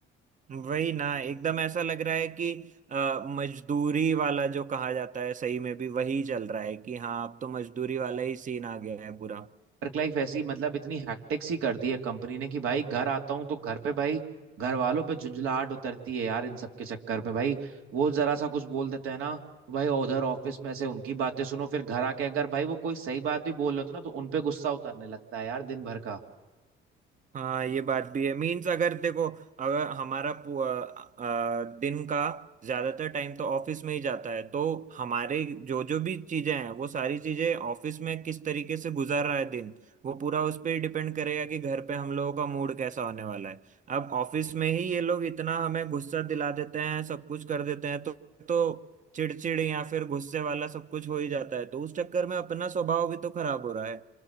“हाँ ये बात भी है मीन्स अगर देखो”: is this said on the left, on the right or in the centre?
Right